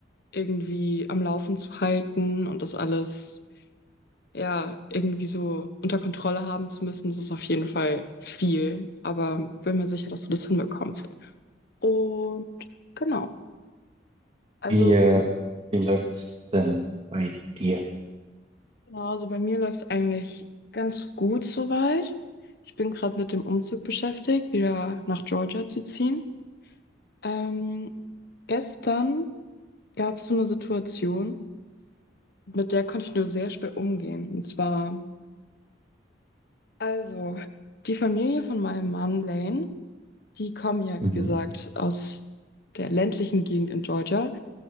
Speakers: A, on the left (about 55°); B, on the right (about 30°).
A: irgendwie am Laufen zu halten und das alles ja, irgendwie so unter Kontrolle haben zu müssen, das ist auf jeden Fall viel, aber bin mir sicher, dass du das hinbekommst. Und genau, also
B: Wie, äh, wie läuft's denn bei dir?
A: genau, also bei mir läuft es eigentlich ganz gut soweit. Ich bin gerade mit dem Umzug beschäftigt, wieder nach Georgia zu ziehen. Ähm, gestern gab es so eine Situation, mit der konnte ich nur sehr schwer umgehen. Und zwar Also, die Familie von meinem Mann Lane, die kommen ja,
B: Mhm.
A: wie gesagt, aus der ländlichen Gegend in Georgia.